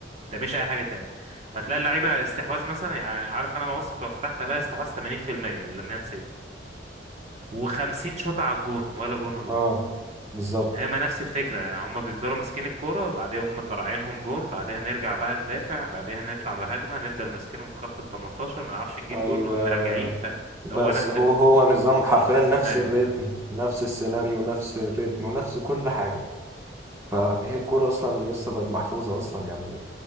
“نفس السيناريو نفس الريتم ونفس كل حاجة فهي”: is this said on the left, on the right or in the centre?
Right